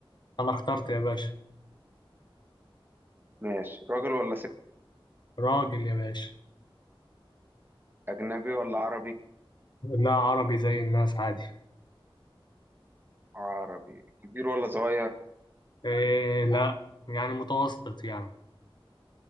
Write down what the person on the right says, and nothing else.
ماشي راجل ولا ست
أجنبي ولا عربي
عربي كبير ولا صغير